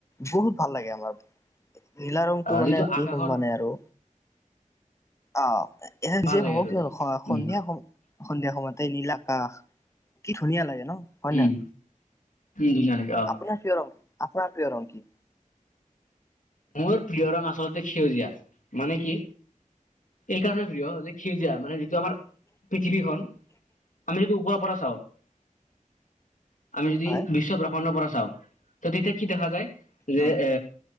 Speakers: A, on the left; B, on the left.
A: বহুত ভাল লাগে আমাৰ নীলা ৰংটো মানে
B: যিটো
A: কি
B: আকাশৰ
A: হম মানে আৰু অ এ
B: ভাল
A: নিজেই
B: লাগে
A: ভাবো
B: আৰু
A: কিয়ো
B: উম
A: সন্ধিয়া
B: উম
A: সময় সন্ধিয়া সময়তে নীল আকাশ কি ধুনীয়া লাগে ন হয়
B: উম
A: নাই
B: ধুনীয়া লাগে অ
A: আপোনাৰ প্ৰিয় ৰং আপোনাৰ প্ৰিয় ৰং কি
B: মোৰ প্ৰিয় ৰং আচলতে সেউজীয়া মানে কি এই কাৰণে প্ৰিয় যে সেউজীয়া মানে য আমাৰ পৃথিৱীখনন আমি যদি উপ কবৰ আ চও <unintelligible> আমি যদি
A: হয়
B: বিশ্ব ব্ৰহ্মাণ্ডৰ পৰা তেতিয়া কি দেখা যায়? যে,
A: উম
B: এ